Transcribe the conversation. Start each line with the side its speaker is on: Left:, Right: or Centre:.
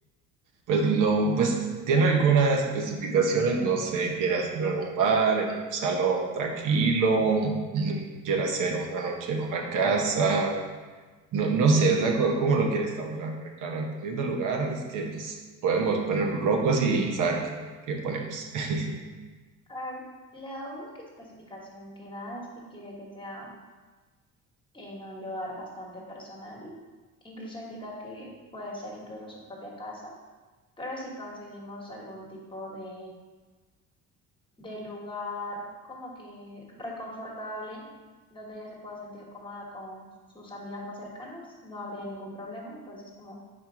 Right: pues lo, pues tiene algunas especificaciones, no sé, quiere hacerlo en un bar, en un salón tranquilo, mm, quiere hacer una noche en una casa, no, no sé, o sea, co- ¿cómo, lo quiere establecer? Pero claro, dependiendo del lugar, es que pues, podemos poner locos y saber qué, qué ponemos. <laughs>
Left: Ah, La única especificación que da es que quiere que sea en un lugar bastante personal. Incluso indica que puede ser incluso su propia casa, pero si conseguimos algún tipo de, de lugar como que reconfortable, donde ella se pueda sentir cómoda con sus amigas más cercanas, no habría ningún problema. Entonces, como